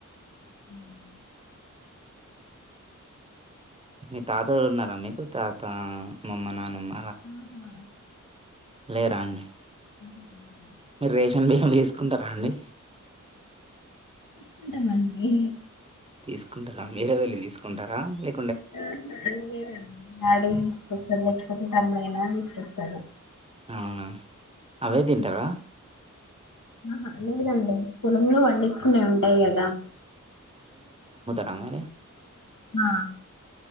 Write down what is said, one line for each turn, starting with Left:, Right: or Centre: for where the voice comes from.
Left: అ <inaudible>
Right: మీ తాతళు ఉన్నారా మీకు తాత అమ్మమ్మ నానమ్మ
Left: ఆహా
Right: లేరాండి
Left: <inaudible>
Right: మీరు రేషన్ బియ్య తీసుకుంటారా అండి
Left: తీసుకుంటాం అండి
Right: తీసుకుంటారా మీరే వెళ్ళి తీసుకుంటారా లే
Left: మా డాడీ తీసుకొస్తారండీ లేకుంటే తమ్ముడైనా తీసుకొస్తాడు
Right: అవునా అవే తింటారా
Left: ఆహా లేదండి పొలంలో పండించుకునే ఉంటాయి కదా
Right: కామారే
Left: ఆ